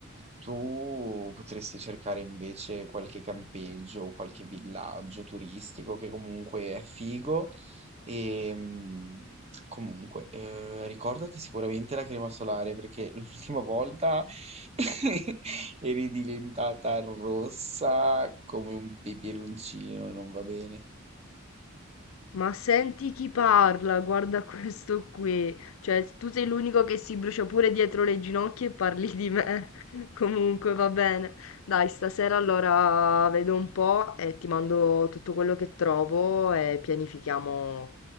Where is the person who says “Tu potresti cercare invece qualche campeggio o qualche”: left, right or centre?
Right